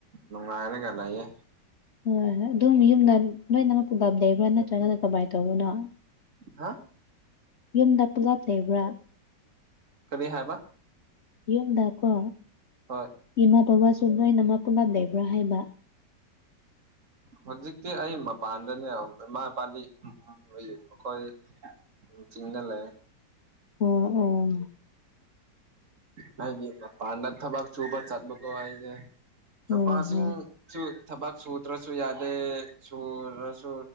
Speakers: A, on the right; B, on the left.
A: ꯅꯨꯡꯉꯥꯏꯔꯒ ꯂꯩꯌꯦ
B: ꯍꯣꯏ ꯑꯗꯨꯝ ꯌꯨꯝꯗ ꯂꯣꯏꯅꯃꯛ ꯄꯨꯂꯞ ꯂꯩꯕ꯭ꯔꯥ ꯅꯠꯇ꯭ꯔꯒꯅ ꯀꯃꯥꯏꯅ ꯇꯧꯕꯅꯣ
A: ꯍꯥ
B: ꯌꯨꯝꯗ ꯄꯨꯂꯞ ꯂꯩꯕ꯭ꯔꯥ
A: ꯀꯔꯤ ꯍꯥꯏꯕ
B: ꯌꯨꯝꯗꯀꯣ
A: ꯍꯣꯏ
B: ꯏꯃꯥ ꯕꯥꯕꯥꯁꯨ ꯂꯣꯢꯅꯃꯛ ꯄꯨꯨꯝꯂꯞ ꯂꯩꯕ꯭ꯔꯥ ꯍꯥꯏꯕ
A: ꯍꯧꯖꯤꯛꯇꯤ ꯑꯩ ꯃꯄꯥꯟꯗꯅꯦ ꯏꯃꯥ ꯏꯄꯥꯗꯤ ꯃꯈꯣꯏ ꯆꯤꯡꯗ ꯂꯩꯌꯦ
B: ꯑꯣ ꯑꯣ
A: ꯍꯥꯏ ꯄꯥꯟꯗ ꯊꯕꯒ ꯆꯕ ꯆꯠꯕꯀ ꯍꯥꯏꯏꯁꯦ
B: ꯍꯣꯏ
A: ꯅꯄꯥꯁꯤꯡꯁꯨ ꯊꯕꯛ ꯁꯨꯇ꯭ꯔꯁꯨ ꯌꯥꯗꯦ ꯁ ꯑꯗꯨꯔꯁꯨ